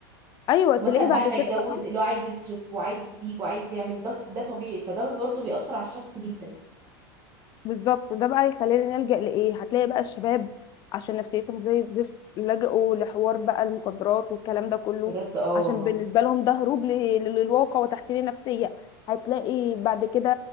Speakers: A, on the left; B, on the right.
A: ايوه
B: ومثلا
A: تلاقيه بعد
B: بعد ما
A: كده
B: يتجوز
A: بقى
B: اللي هو عايز يصرف وعايز يجيب وعايز يعمل ده ده طبيعي فده برضه بيأثر على الشخص جدا
A: بالظبط ده بقى يخلينا نلجأ لايه هتلاقي بقى الشباب عشان نفسيتهم زي الزفت لجأوا لحوار بقى المخدرات والكلام ده كله
B: بجد اه
A: عشان
B: والله
A: بالنسبه لهم ده هروب ل- للواقع وتحسين النفسيه هتلاقي بعد كده